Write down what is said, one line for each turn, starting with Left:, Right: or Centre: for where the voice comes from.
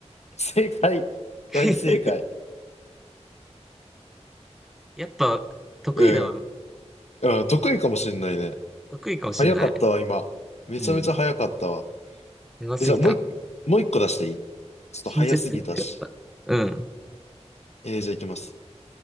Left: 正解。
Centre: <laughs>
Left: 大正解。
Centre: やっぱ、得意だわ。
Left: うん。うん、得意かもしれないね。
Centre: 得意かもしんない。
Left: 早かったわ、今。めちゃめちゃ早かったわ。
Centre: うん。やばすぎた。
Left: え、じゃあもう一、もう一個出していいちょっと早すぎたし。
Centre: 親切設計だった。うん。
Left: えー、じゃあいきます。